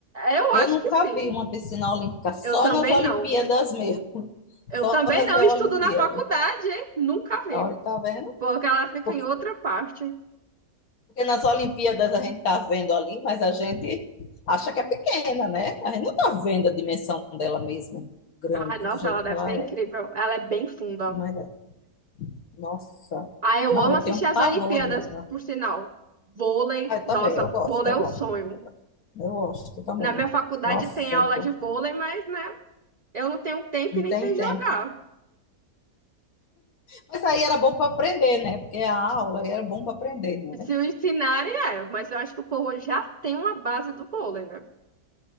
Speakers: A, on the right (about 40°); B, on the left (about 70°).
A: Eu
B: Eu
A: acho
B: nunca
A: que sim.
B: vi uma piscina olímpica, só
A: Eu também
B: nas Olimpíadas
A: não.
B: mesmo. <laughs>
A: Eu
B: Só
A: também
B: nas
A: não
B: Olimpíadas.
A: estudo na faculdade, hein? Nunca vi.
B: Olha, tá vendo?
A: Porque ela fica
B: Porque,
A: em outra parte.
B: porque nas Olimpíadas a gente tá vendo ali, mas a gente acha que é pequena, né? A gente não tá vendo a dimensão dela mesmo, grande,
A: Ai, nossa,
B: do jeito
A: ela deve
B: que ela
A: ser incrível.
B: é.
A: Ela é bem funda.
B: Mas, é- nossa,
A: Ah, eu
B: não,
A: amo
B: eu
A: assistir
B: tenho
A: as
B: pavor
A: Olimpíadas,
B: de água.
A: por sinal. Vôlei,
B: Ah, eu
A: nossa,
B: também, eu gosto,
A: vôlei
B: eu
A: é
B: gosto,
A: um sonho.
B: eu gosto, eu gosto também.
A: Na minha faculdade
B: Nossa,
A: tem aula
B: go-
A: de vôlei, mas, né, eu não tenho tempo
B: não
A: e nem
B: tem
A: sei
B: tempo.
A: jogar.
B: Mas aí era bom para aprender, né? Porque a aula aí era bom para aprender, né?
A: Se o ensinarem, é, mas eu acho que o povo já tem uma base do vôlei, né?